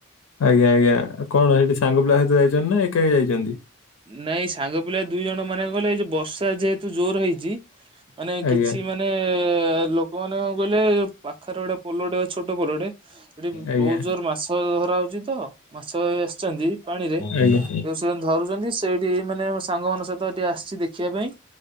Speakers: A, on the left; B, on the right.
A: ଆଜ୍ଞା ଆଜ୍ଞା କଣ ସେଠି ସାଙ୍ଗ ପିଲା ସହିତ ଯାଇଛନ୍ତି ନା ଏକାକି ଯାଇଛନ୍ତି?
B: ନାଇଁ ସାଙ୍ଗ ପିଲା ଦୁଇ ଜଣ ମାନେ କଣ କହିଲେ ଏଇ ଯଉ ବର୍ଷା ଯେହେତୁ ଜୋର ହେଇଛି ମାନେ
A: ଆଜ୍ଞା
B: କିଛି ମାନେ ଲୋକ ମାନେ କଣ କହିଲେ ପାଖରେ ଗୋଟେ ପୋଲଟେ ଛୋଟ ପୋଲଟେ ସେଠି
A: ଆଜ୍ଞା
B: ବହୁତ୍ ଜୋର ମାଛ ଧରା ହଉଛି ତ ମାଛ ଆସିଛନ୍ତି ପାଣିରେ
A: ଆଜ୍ଞା
B: ସେମାନେ ଧରୁଛନ୍ତି, ସେଇଠି ମାନେ ସାଙ୍ଗ ମାନଙ୍କ ସହିତ ଟିକେ ଆସିଛି ଦେଖିବା ପାଇଁ